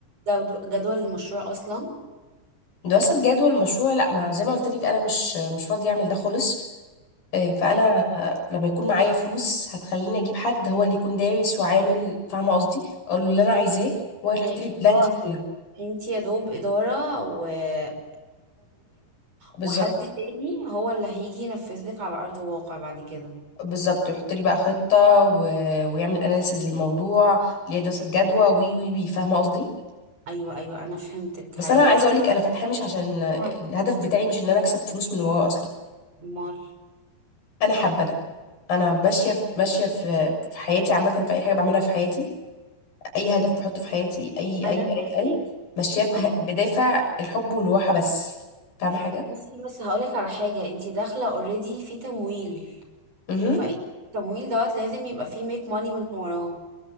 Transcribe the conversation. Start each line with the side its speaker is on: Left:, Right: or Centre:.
Right: جدول جدول المشروع اصلا
Left: دراسه جدوى المشروع لا ما زي ما قلت لك انا مش مش فاضيه اعمل ده خالص آه، فانا
Right: ايوه
Left: آه، لما يكون معايا فلوس هتخليني اجيب حد هو اللي يكون دارس وعامل فاهمه قصدي اقول له اللي انا عايزاه وهو
Right: فهماكي.
Left: يحط لي البلان
Right: هو
Left: دي كلها
Right: انت يا دوب إدارة وتمويل
Left: بالظبط
Right: وحد تاني هو اللي هيجي ينفذ لك على أرض الواقع بعد كده
Left: بالظبط ويحط لي بقى خطة و... ويعمل اناليسز للموضوع ليه دراسة جدوى وي وي وي فاهمة قصدي
Right: أيوة أيوة أنا فهمتك
Left: بس
Right: هي
Left: انا عايزة اقول لك انا فاتحاه مش عشان
Right: هي
Left: الهدف بتاعي مش ان انا اكسب فلوس من وراه اصلا
Right: مال
Left: انا حابة ده انا ماشية في... ماشية في... في حياتي عامة في اي حاجة بعملها في حياتي اي هدف بحطه في حياتي اي
Right: أنا
Left: اي
Right: فهماكي
Left: اي اي ماشية به...
Right: اه
Left: بدافع الحب والراحة بس فاهمة
Right: بصي بس هقولك على حاجة انت داخلة اوريدي في تمويل
Left: حاجة
Right: فانت التمويل دوت لازم يبقى فيه ميك ماني من وراه